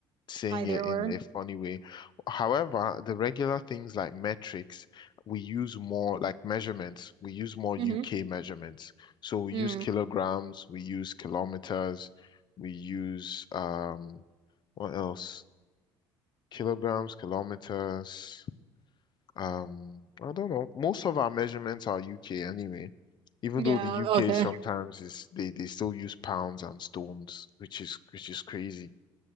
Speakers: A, on the left; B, on the right.
A: saying
B: Either
A: it
B: or.
A: in a funny way. However, the regular things like metrics, we use more like measurements, we use more UK
B: Mm-hmm.
A: measurements. So we
B: Mm.
A: use kilograms, we use kilometers, we use, um, what else? kilograms, kilometers. Um, I don't know. Most of our measurements are UK anyway. Even
B: Yeah,
A: though the UK
B: okay.
A: sometimes is they, they still use pounds and stones, which is which is crazy.